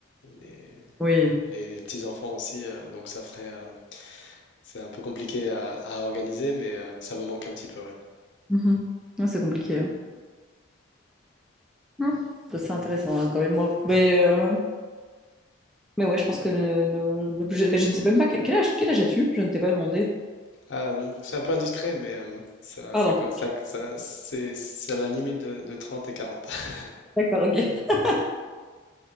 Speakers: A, on the left; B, in the centre.
A: les-
B: Oui.
A: les, les petits-enfants aussi, euh, donc ça ferait, euh, c'est un peu compliqué à, à organiser, mais euh, ça me manque un petit peu, ouais.
B: Mhm. Ouais, c'est compliqué. hein. Hmm. Ça, C'est intéressant hein, quand même. moi. Mais, euh, mais ouais, je pense que le- le- l'objet- Mais je ne sais même pas que- quel âge, quel âge as-tu? Je ne t'ai pas demandé.
A: Euh, c'est un peu indiscret, mais euh, ça,
B: Pardon.
A: ça, co- ça- ça- c'est c'est à la limite de, de 30 et 40 <laughs>
B: D'accord, ok. <laughs>